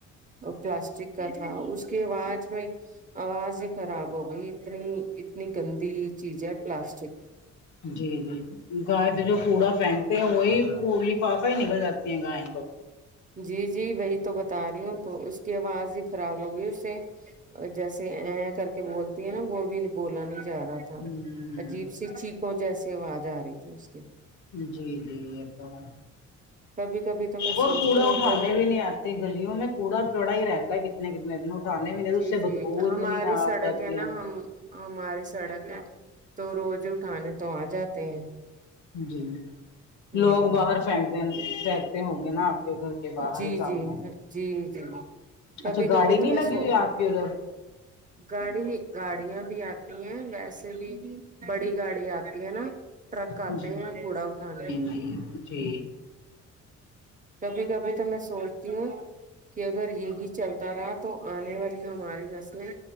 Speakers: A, on the right (about 25°); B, on the left (about 70°).
A: پلاسٹک کا تھا اس کے آواز میں آواز ہی خراب ہو گئی اتنی اتنی گندی چیز ہے پلاسٹک
B: جی جی گائے پہ جو کوڑا پھینکتے ہیں وہیڑ لفافے ہی نکل جاتی ہیں گائےیں تو
A: جی جی وہی تو بتا رہی ہوں تو اس کی آواز ایک خراب ہوگئی اس سے جیسے ا کر کے بولتی ہے نا وہ بھی بولا نہیں جا رہا تھا
B: ہ
A: عجیب سی چییکوں جیسی آواز آ رہی تھی اس کی
B: جی جی یہ تو ہے
A: کبھی کبھی تو میں
B: اور
A: سوچتی
B: کوڑا
A: ہوں
B: اٹھانے
A: اگر
B: بھی نہیں آتے تے گلیوں میں کوڑا چڑا ہی رہتا ہے کتنے کتنے دنوں اٹانے بھی نہیں
A: جی
B: اس سے
A: جی
B: بدبوت
A: ہماری
B: نہیں آ
A: سڑک
B: جاتی
A: نا
B: ہے
A: ہم ہماری سڑک ہے تو روز اٹھانے تو آ جاتے ہیں
B: جی
A: ہ
B: لوگ باہر فنک دے فنک ہ گے نا آپ کے گھر کے باہر
A: جی
B: ہی سامنے
A: جی جی جی کبھی
B: اچھا
A: کبھی
B: گاڑی نہیں
A: تو میں
B: لگی
A: سو
B: ہوئی آپ کے ادھر
A: گاڑی گاڑیاں بھی آتی ہیں ویسے بھی بڑی گاڑی آتی ہے نا ٹرک
B: جی
A: آتے ہیں کوڑا اٹھانے
B: جی جی
A: کبھی کبھی تو میں سوچتی ہوں کہ اگر یہی چلتا رہا تو آنے والی ہماری نسلیں